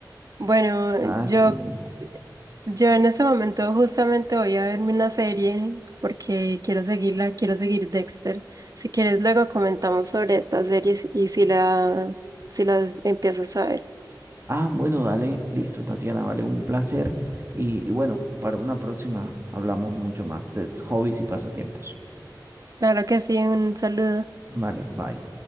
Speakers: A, on the right; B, on the right.
A: Bueno,
B: Así
A: yo
B: es.
A: Yo en este momento justamente voy a verme una serie porque quiero seguirla, quiero seguir Dexter. Si quieres, luego comentamos sobre estas series y si la, si las empiezas a ver.
B: Ah, bueno, dale, listo, Tatiana, vale, un placer. Y, y bueno, para una próxima hablamos mucho más de hobbies y pasatiempos.
A: Claro que sí, un saludo.
B: Vale, bye.